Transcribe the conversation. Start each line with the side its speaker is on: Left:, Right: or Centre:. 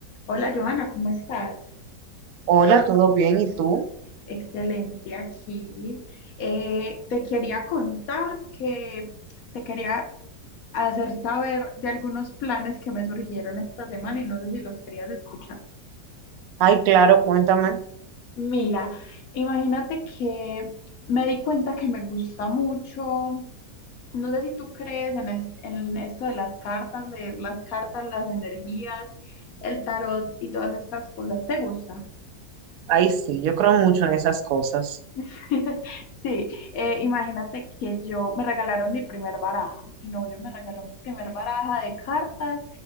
Left: Hola Joana, ¿cómo estás?
Right: Hola, ¿todo bien? ¿Y tú?
Left: Excelente aquí. Eh, te quería contar que te quería hacer saber de algunos planes que me surgieron esta semana y no sé si los querías escuchar.
Right: Ay, claro, cuéntame.
Left: Mira, imagínate que me di cuenta que me gusta mucho. No sé si tú crees en, el- en esto de las cartas, de las cartas, las energías, el tarot y todas estas cosas. ¿Te gusta?
Right: Ay, sí, yo creo mucho en esas cosas.
Left: <laughs> Sí, eh, imagínate que yo me regalaron mi primer baraja, mi novio me regaló mi primer baraja de cartas